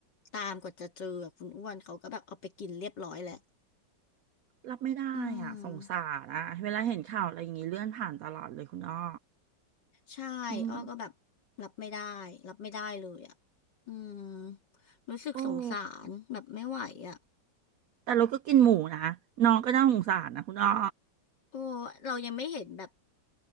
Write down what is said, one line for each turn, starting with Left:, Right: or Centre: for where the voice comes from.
Left: ตามกว่าจะเจออะคุณอ้วนเขาก็แบบเอาไปกินเรียบร้อยแหละ
Right: รับไม่ได้อ่ะสงสารอ่ะเวลาเห็นข่าวอะไรอย่างงี้เลื่อนผ่านตลอดเลยคุณอ้อ
Left: อืม ใช่อ้อก็แบบ
Right: อืม
Left: รับไม่ได้ รับไม่ได้เลยอ่ะอืมรู้สึกสงสารแบบไม่ไหวอ่ะ
Right: โอ้แต่เราก็กินหมูนะน้องก็น่าสงสารนะคุณอ้อ
Left: โอ้เรายังไม่เห็นแบบ